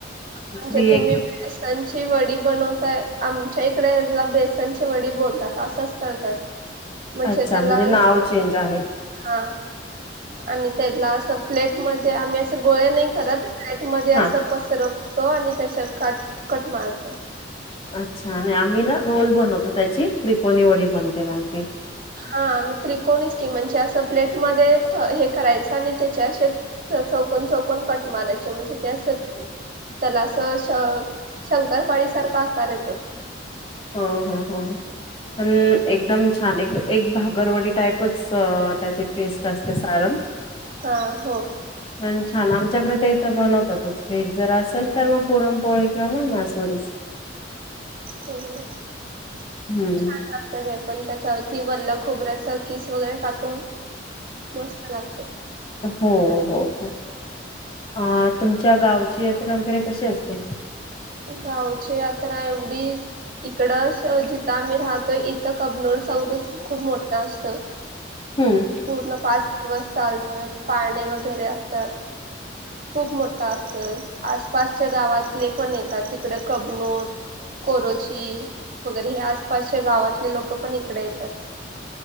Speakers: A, on the right; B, on the left.
A: म्हणजे
B: ती
A: तुम्ही
B: एक
A: वेस त्यांची वडी बनवताय आमच्या इकडे बेसनची वडी बोलतात असंच करतात. म्हणजे
B: अच्छा
A: त्याला
B: नाव चेंज आहे
A: हा आणि त्याला असं प्लेटमध्ये आम्ही असं गोळे नाही करत प्लेट मध्ये असं,
B: हा
A: पसरवतो आणि त्याच्या काट कट मारतो.
B: अच्छा आणि आम्ही ना रोल बनवतो त्याची त्रिकोणी वडी बनते मग ती
A: हा आम्ही त्रिकोणीच की म्हणजे असं प्लेटमध्ये हे करायचं आणि त्याचे असे, चौकन चौकन कट मारायचे म्हणजे ते असं त्याला असं श शंकरपाळी सारखा आकार येतो.
B: ह ह ह पण एकदम छान एक एक भागरवडी टाईपच त्याचे टेस्ट असते सारण
A: हा हो
B: पण छान आमच्याकडे ते इथं बनवतातच फेट जर असेल तर मग पुरणपोळी किंवा मग मासवडीच
A: हो छान
B: हम्म
A: लागत र पण त्याच्यावरती वल्ल्या खोबऱ्याचा किस वगैरे टाकून मस्त लागते.
B: हो हो हो अ तुमच्या गावची यात्रा वगैरे कशी असते?
A: गावची यात्रा एवढी इकडं जिथं आम्ही राहतो इथं कबनोरचा उरुस खूप मोठं असतो.
B: हम्म!
A: पूर्ण पाच दिवस चालतोय पाळणे वगैरे असतात. खूप मोठा असतोय आसपासच्या गावातले पण येतात तिकडे कबनूर कोरोची वगैरे हे आसपासच्या गावातले लोक पण इकडे येतात.